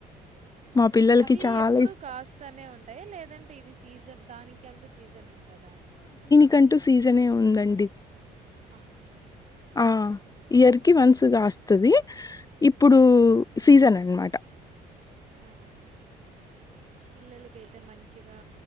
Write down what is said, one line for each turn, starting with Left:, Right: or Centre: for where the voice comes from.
Left: మా పిల్లలకి
Right: అవి
Left: చాలా
Right: ఎప్పుడు
Left: ఇస్
Right: కాస్తానే ఉంటాయి లేదంటే ఇది సీజన్ దానికి అంటూ సీజన్ ఉంటాయి టదా
Left: కంటూ సీజనే ఉందండి
Right: ఆహా
Left: ఆ ఇయర్ కి వన్సు కాస్తుది ఇప్పుడు సీజన్ అనమాట
Right: ఆ పిల్లలకైతే మంచిగా